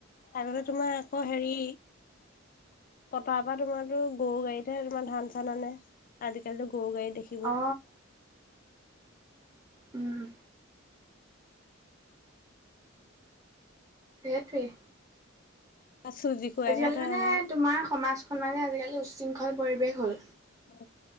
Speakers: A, on the left; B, on the right.
A: আগতে তোমাৰ আকৌ হেৰি পথাৰৰ পৰা তোমাৰতো গৰু গাড়ীতহে তোমাৰ ধান চান আনে, আজিকালিটো গৰু গাড়ী দেখি
B: অ, উম। সেইটোৱেই।
A: চুজিকো
B: আজিকালি
A: আহে ধৰ
B: মানে
A: আমাৰ
B: তোমাৰ সমাজখন মানে আজিকালি উশৃংখল পৰিৱেশ হ'ল।
A: অ